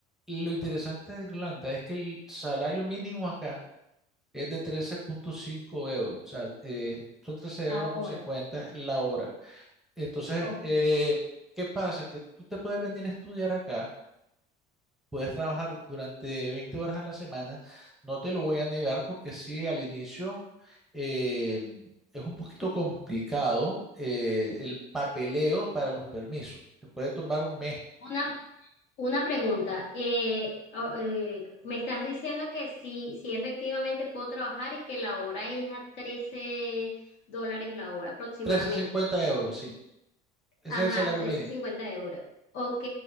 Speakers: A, in the centre; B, on the left.
A: lo interesante de Irlanda es que el salario mínimo acá es de trece punto cinco euros, o sea, eh, son trece
B: La
A: euros con
B: hora
A: cincuenta la hora. Entonces,
B: Ok.
A: eh, ¿qué pasa? Que tú te puedes venir a estudiar acá, puedes trabajar durante veinte horas a la semana, no te lo voy a negar porque sí, al inicio eh, es un poquito complicado eh, el papeleo para los permisos, te puede tomar un mes,
B: Una Una pregunta, eh, a- eh, me estás diciendo que sí, sí efectivamente puedo trabajar y que la hora es a trece dólares la hora aproximadamente.
A: Trece cincuenta euros, sí, ese
B: Ajá,
A: es el salario
B: 13.50
A: mínimo.
B: euros. Ok,